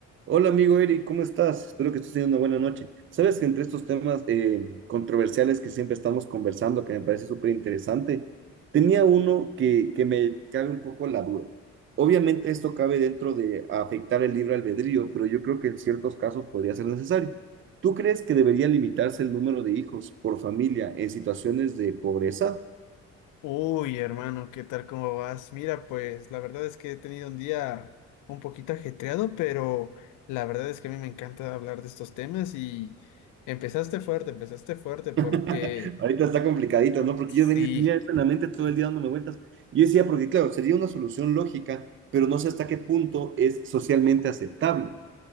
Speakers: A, on the right; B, on the left.
A: Hola amigo Eric, ¿cómo estás? Espero que estés teniendo una buena noche. Sabes que entre estos temas eh, controversiales que siempre estamos conversando, que me parece súper interesante, tenía uno que, que me cabe un poco la duda. Obviamente esto cabe dentro de afectar el libre albedrío, pero yo creo que en ciertos casos podría ser necesario. ¿Tú crees que debería limitarse el número de hijos por familia en situaciones de pobreza?
B: Uy, hermano, ¿qué tal? ¿Cómo vas? Mira, pues la verdad es que he tenido un día un poquito ajetreado, pero la verdad es que a mí me encanta hablar de estos temas y empezaste fuerte, empezaste fuerte porque
A: <laughs> Ahorita está complicadito, ¿no? Porque
B: sí,
A: yo venía, tenía eso en la mente todo el día dándome vueltas. yo decía, porque claro, sería una solución lógica, pero no sé hasta qué punto es socialmente aceptable.